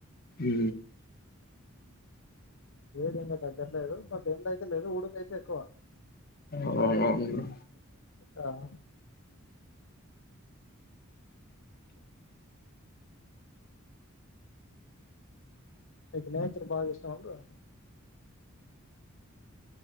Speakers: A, on the left (about 45°); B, on the left (about 60°).
A: హు
B: ఏది ఇంకా తగ్గట్లేదు బట్ ఏండయితే లేదు ఉడిక అయితే ఎక్కువ
A: అవును అవును
B: ఆ <inaudible> ఆ నేచర్ బాగా ఇష్టం ఆ బ్రో